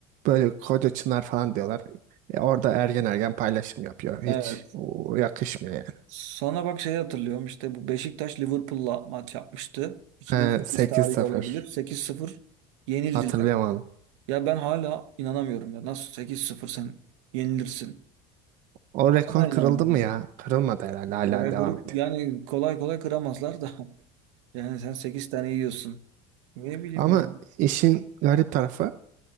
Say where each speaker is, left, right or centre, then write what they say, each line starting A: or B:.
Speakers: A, on the right; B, on the right.
A: böyle koca çınar falan diyorlar. E, orada ergen ergen paylaşım yapıyor.
B: Evet.
A: Hiç o, yakışmıyor yani.
B: sana bak şeyi hatırlıyorum işte bu Beşiktaş Liverpool'la maç yapmıştı. 2008
A: He, 8-0.
B: tarihi olabilir. 8-0 yenildiler.
A: Hatırlayamadım.
B: Ya ben hala inanamıyorum ya. Nasıl 8-0 sen yenilirsin?
A: O rekor
B: Hala inanamıyorum.
A: kırıldı mı ya? Kırılmadı herhalde hala
B: O rekoru
A: devam ediyor.
B: yani kolay kolay kıramazlar da. <laughs> Yani sen 8 tane yiyorsun. Ne bileyim
A: Ama
B: ya.
A: işin garip tarafı